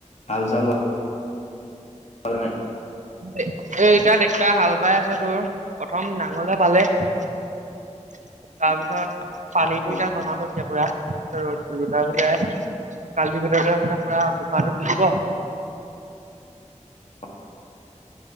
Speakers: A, on the left (about 60°); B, on the right (about 75°).
A: হাল চাল <unintelligible> নাই।
B: এ - এতিয়া ট্ৰেক্টৰ হাল বাই আছে তোৰ। প্ৰথম নাঙলে বালে। তাৰপিছত পানীটো
A: অ
B: এতিয়া জমা কৰিছে পুৰা ৰদ ৰদাবলে। কালি ভিতৰতে মানে পুৰা <unintelligible> দি দিব।
A: <inaudible>